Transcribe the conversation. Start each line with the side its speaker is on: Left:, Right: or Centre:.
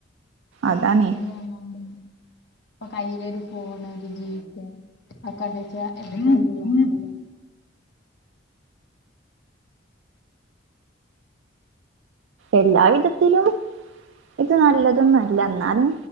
Left: എല്ലാർക്കും
Right: അതാണേ
Left: ഇത് വന്നോണ്ടേനി ഇപ്പൊ കയ്യിലൊരു ഫോണ് ഒരു ജീപ്പെ ഒക്കെ അണ്ടച്ചാ എടുക്കേം ചെയ്യാ
Right: എല്ലാ വിധത്തിലും ഇത് നല്ലതൊന്നുല്ല എന്നാലും